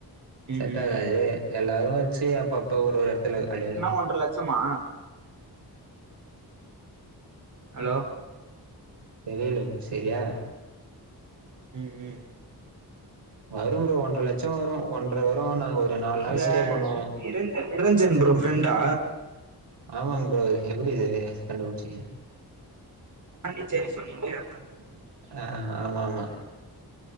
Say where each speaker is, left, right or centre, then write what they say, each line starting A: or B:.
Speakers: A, on the right; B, on the right.
A: ம்
B: செட்டாகாது
A: ம் ம்
B: எல்லாரு வச்சு அப்பப்ப ஒரு ஒரு எடத்துல <inaudible>
A: ஒன்ற லட்சமா ஹலோ
B: தெரியல சரியா
A: ம் ம்
B: வரு ப்ரோ ஒன்ற லட்ச வரு ஒன்ற வரு நா ஒரு நாலு
A: நீங்க
B: நாள் ஸ்டே பண்ணுவ
A: நிரஞ்சன் நிரஞ்சன் ப்ரோ ஃப்ரெண்டா
B: ஆமா ப்ரோ எப்டி தெரியு கண்டுபுடிச்சிங்க
A: பாண்டிச்சேரி சொன்னிங்களே அதா கேட்ட
B: ஆ ஆமா ஆமா